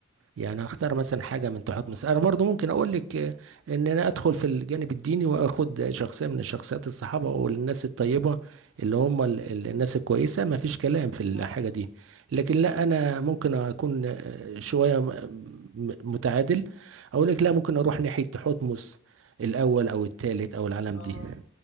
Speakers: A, on the right; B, on the left.
A: يعني هختار مثلا حاجه من تحت مصر انا برضو ممكن اقول لك آه، ان انا ادخل في الجانب الديني واخد شخصيه من الشخصيات الصحابه والناس الطيبه اللي هم ال- ال- الناس الكويسه ما فيش كلام في الحاجه
B: اه اه
A: دي لكن لا انا ممكن اكون آه، شويه م- م- متعادل اقول لك لا ممكن اروح ناحيه تحتمس الاول او الثالث او العالم
B: آه،
A: دي